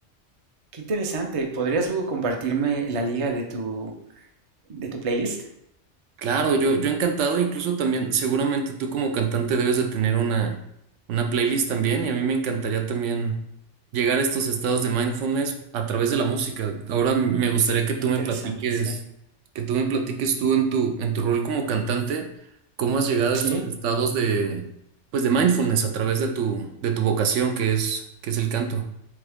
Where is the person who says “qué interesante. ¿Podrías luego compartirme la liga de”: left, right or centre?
Right